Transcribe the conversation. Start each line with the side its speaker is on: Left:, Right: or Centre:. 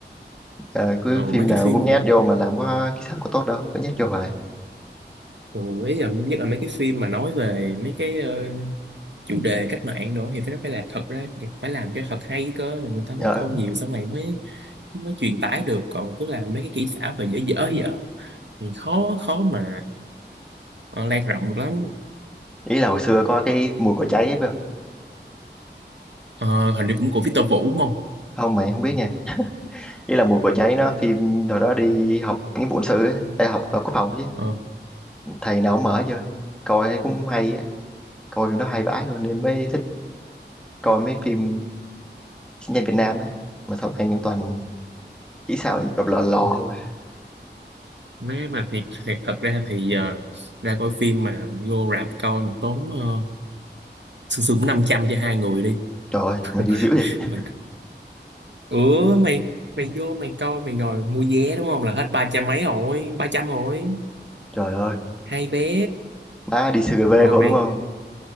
Centre: Ờ, cứ
Right: ờ
Centre: phim
Right: mấy cái
Centre: nào
Right: phim
Centre: cũng nhét vô mà làm có cái xạo có tốt đâu cứ nhét vô hoài
Right: ừ, ý là nhất là mấy cái phim mà nói về mấy cái ờ, chủ đề cách mạng đồ thì phải nó phải là thật ra phải làm cho thật hay cơ người ta
Centre: Ờ,
Right: mới coi nhiều xong rồi mới mới truyền tải được còn cứ làm mấy cái kỹ xảo và dở dở dở thì khó khó mà ờ, lan rộng được lắm
Centre: ý là hồi xưa có cái mùi cỏ cháy ấy biết không
Right: Ờ, hình như cũng của Victor Vũ đúng không
Centre: không mày không biết nha ý là mùi cỏ cháy nó phim hồi đó đi học nghĩa vụ quân sự á Ê, học ở quốc phòng chứ
Right: ờ
Centre: thầy nào cũng mở chơi coi thấy cũng hay á coi phim đó hay vãi luôn em mới thích coi mấy phim chiến tranh Việt Nam á mà sau này những toàn chỉ sao em đọc lò lò
Right: ờ
Centre: thôi mà.
Right: Nếu mà thiệt, thiệt thật ra thì giờ ra coi phim mà vô rạp coi mà tốn ờ, sương sương cũng 500 cho hai người đi
Centre: trời ơi
Right: <laughs>
Centre: mày đi dữ vậy
Right: mà, ủa mày mày vô mày coi mày ngồi mua vé đúng không là hết ba trăm mấy rồi ba trăm rồi
Centre: trời ơi
Right: hai vé
Centre: má đi CGV
Right: rồi
Centre: không
Right: mày
Centre: đúng không